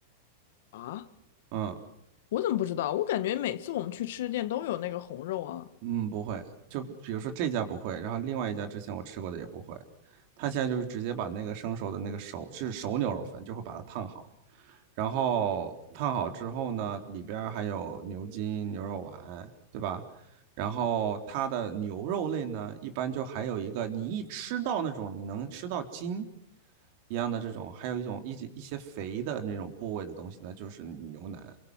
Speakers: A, on the left; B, on the right.
A: 啊，
B: 嗯，
A: 我怎么不知道？我感觉每次我们去吃的店都有那个红肉啊。
B: 嗯，不会，就比如说这家不会，然后另外一家之前我吃过的也不会，他现在就是直接把那个生熟的那个熟是熟牛肉粉，就会把它烫好，然后烫好之后呢，里边儿还有牛筋、牛肉丸，对吧？然后它的牛肉类呢，一般就还有一个，你一吃到那种你能吃到筋一样的这种，还有一种一些一些肥的那种部位的东西那就是牛腩，